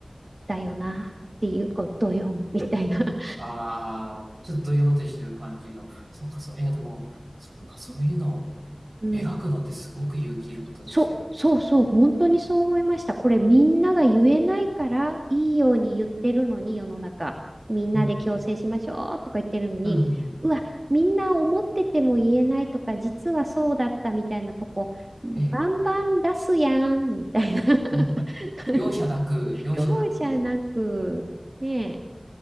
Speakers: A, on the right; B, on the right.
A: だよなっていうことよ、みたいな。
B: ああ、ちょっとどよーんとしてる感じの。そっか、そう、いや、でも、そっか、
A: <laughs>
B: そういうのを
A: うん。
B: 描くのってすごく勇気いることですよね。
A: そう、そうそう、本当にそう思いました。これみんなが言えないからいいように言ってるのに世の中、
B: え、
A: みんなで強制しましょうとか言ってるのに、
B: うん、うん、うん、
A: うわ、みんな思ってても言えないとか、実はそうだったみたいなとこ、バンバン出すやんみたいな
B: え、
A: <laughs>
B: うん。
A: 感じ。
B: 容赦なく、容赦なく、
A: 容赦なく、ね